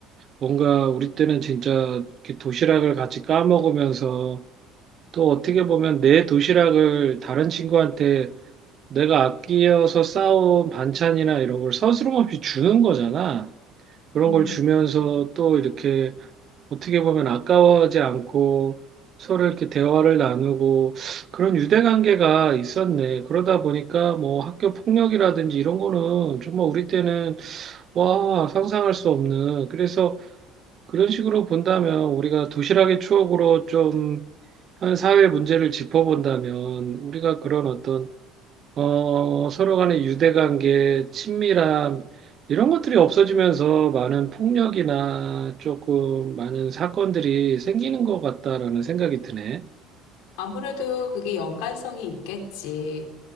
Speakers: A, on the right (about 35°); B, on the left (about 85°).
A: 뭔가 우리 때는 진짜 이렇게 도시락을 같이 까먹으면서 또 어떻게 보면 내 도시락을 다른 친구한테 내가 아끼어서 싸온 반찬이나 이런 걸 서스럼 없이 주는 거잖아. 그런
B: 음.
A: 걸 주면서 또 이렇게 어떻게 보면 아까워하지 않고 서로 이렇게 대화를 나누고 그런 유대 관계가 있었네. 그러다 보니까 뭐 학교 폭력이라든지 이런 거는 정말 우리 때는 와, 상상할 수 없는. 그래서 그런 식으로 본다면 우리가 도시락의 추억으로 좀 한 사회 문제를 짚어본다면 우리가 그런 어떤 어, 서로 간의 유대관계, 친밀함, 이런 것들이 없어지면서 많은 폭력이나 조금 많은 사건들이 생기는 것 같다라는 생각이 드네.
B: 아무래도 그게 연관성이 있겠지.